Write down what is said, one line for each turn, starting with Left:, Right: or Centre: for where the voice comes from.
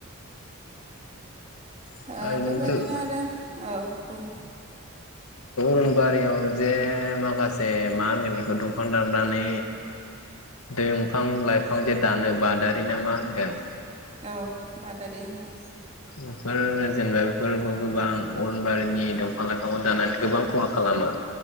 Left: ओरैनोथ'
Right: ओ बेबायदिनो आरो औ।
Left: जों बारियाव जे माखासे मा होनगोन बेखौ दंफां दाननानै दंफां लाइफां जे दानो बादारि ना मा होनगोन?
Right: औ बादारि होनो।
Left: बेफोर जेनेबा बेफोरखौ गोबां अरनबारिनि दंफां लाइफांखौ दानानै गोबां खहा खालामो।